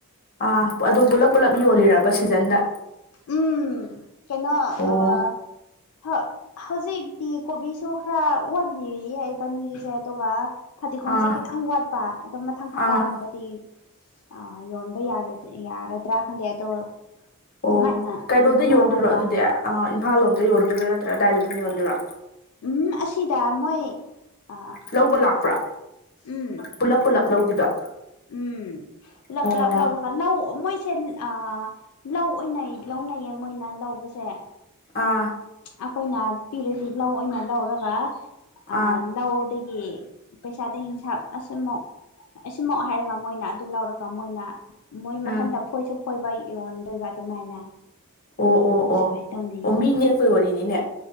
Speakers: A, on the left; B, on the left.
A: ꯑꯥ ꯑꯗꯨ ꯄꯨꯂꯞ ꯄꯨꯜꯂꯞ ꯌꯣꯜꯂꯤꯔꯕ ꯁꯤꯖꯟꯗ
B: ꯎꯝ ꯀꯩꯅꯣ ꯑ
A: ꯑꯣ
B: ꯍ ꯍꯧꯖꯤꯛꯇꯤ ꯀꯣꯕꯤꯁꯨ ꯈꯔ ꯋꯥꯠꯂꯤꯌꯦ ꯏꯕꯥꯅꯤꯒꯤꯁꯦ ꯑꯗꯨꯒ ꯐꯗꯤꯒꯣꯝꯁꯦ
A: ꯑꯥ
B: ꯈꯤꯇꯪ ꯋꯥꯠꯄ ꯑꯗꯨꯝ ꯃꯊꯪ ꯍꯞꯇꯥꯒꯨꯝꯕꯗꯤ
A: ꯑꯥ
B: ꯑꯥ ꯌꯣꯟꯕ ꯌꯥꯔ ꯌꯥꯔꯗ꯭ꯔꯥ ꯈꯪꯗꯦ ꯑꯗꯣ
A: ꯑꯣ
B: ꯁꯨꯃꯥꯏꯅ
A: ꯀꯩꯅꯣꯗ
B: ꯈꯔ
A: ꯌꯣꯟꯗꯣꯏꯔꯣ
B: ꯋꯥꯠꯄ
A: ꯑꯗꯨꯗꯤ ꯑ ꯏꯝꯐꯥꯜ ꯂꯣꯝꯗ ꯌꯣꯟꯗꯣꯏꯔꯣ ꯅꯠꯇ꯭ꯔꯒ ꯑꯗꯥꯏꯗ ꯑꯗꯨꯝ ꯌꯣꯟꯗꯣꯏꯔꯣ
B: ꯎꯝ ꯑꯁꯤꯗ ꯃꯣꯏ ꯑ
A: ꯂꯧꯕ ꯂꯥꯛꯄ꯭ꯔꯥ
B: ꯎꯝ
A: ꯄꯨꯂꯞ ꯄꯨꯂꯞ ꯂꯧꯕꯤꯗꯣ
B: ꯎꯝ ꯄꯨꯂꯞ
A: ꯑꯣ
B: ꯄꯨꯂꯞ ꯂꯧ ꯂꯧ ꯃꯣꯏꯁꯦ ꯑ ꯂꯧ ꯑꯣꯏꯅ ꯂꯧꯅꯩꯌꯦ ꯃꯣꯏꯅ ꯂꯧꯕꯁꯦ
A: ꯑꯥ
B: ꯑꯩꯈꯣꯏꯅ ꯄꯤꯔꯗꯤ ꯂꯧ ꯑꯣꯏꯅ ꯂꯧꯔꯒ ꯑ
A: ꯑꯥ
B: ꯂꯧ ꯑꯩꯒꯤ ꯄꯩꯁꯥꯗꯤ ꯍꯤꯡꯁꯥꯞ ꯑꯁꯨꯃꯛ ꯁꯤꯃꯣꯛ ꯍꯥꯏꯔꯒ ꯃꯣꯏꯅ ꯑꯗꯨ ꯂꯧꯔꯒ ꯃꯣꯏꯅ ꯃꯣꯏ
A: ꯎꯝ
B: ꯃꯊꯟꯇ ꯐꯣꯏꯖꯕ ꯐꯣꯏꯕ ꯌꯣꯟꯗꯣꯏꯕ ꯑꯗꯨꯃꯥꯏꯅ
A: ꯑꯣ ꯑꯣ
B: ꯁꯨꯃꯥꯏꯅ
A: ꯑꯣ
B: ꯇꯧꯅꯩꯌꯦ
A: ꯑꯣ ꯃꯤ ꯅꯦꯛꯄꯩ ꯋꯥꯔꯤꯅꯤꯅꯦ